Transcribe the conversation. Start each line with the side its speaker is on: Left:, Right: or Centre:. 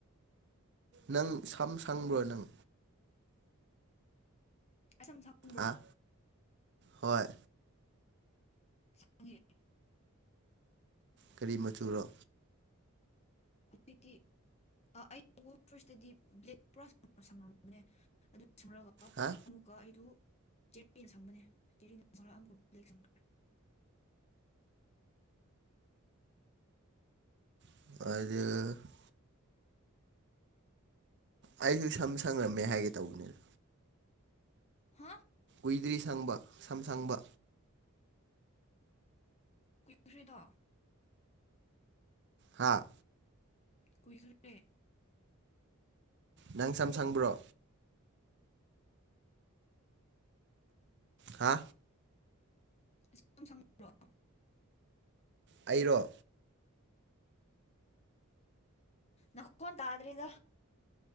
Right: ꯅꯪ ꯁꯥꯝ ꯁꯪꯕ꯭ꯔꯣ ꯅꯪ
Left: <unintelligible> <unintelligible>
Right: ꯑꯥ ꯍꯣꯏ
Left: <unintelligible>
Right: ꯀꯥꯔꯤ ꯃꯆꯨꯔꯣ
Left: <unintelligible> ꯑꯥ ꯑꯩ ꯄꯨ ꯐꯥꯔꯁꯇꯗꯤ ꯕ꯭ꯂꯦꯛ ꯄ꯭ꯔꯥꯁ ꯁꯪꯉꯝꯕꯅꯦ ꯑꯗꯨ ꯁꯝꯔꯒ ꯑꯥ
Right: ꯍꯥ
Left: ꯑꯃꯨꯛꯀ ꯑꯩꯗꯨ ꯆꯦꯔꯤꯟ ꯁꯪꯕꯅꯦ ꯆꯦꯔꯤꯟ ꯁꯪꯔ ꯑꯃꯨꯛꯀ ꯕ꯭ꯂꯦꯛ ꯁꯪꯕ <unintelligible>
Right: ꯑꯗꯨ <unintelligible> ꯑꯩꯁꯨ ꯁꯝ ꯁꯪꯉꯝꯃꯦ ꯍꯥꯏꯒꯦ ꯇꯧꯕꯅꯦ
Left: ꯍꯥ
Right: ꯀꯨꯏꯗ꯭ꯔꯤ ꯁꯪꯕ ꯁꯝ ꯁꯪꯕ
Left: ꯀꯨꯏꯗ꯭ꯔꯤꯗ
Right: ꯍꯥꯥ
Left: ꯀꯨꯏꯗ꯭ꯔꯤꯔꯤ
Right: ꯅꯪ ꯁꯝ ꯁꯪꯕ꯭ꯔꯣ ꯍꯥ
Left: <unintelligible>
Right: ꯑꯩꯔꯣ
Left: ꯅꯈꯣꯟ ꯇꯥꯗ꯭ꯔꯦꯗ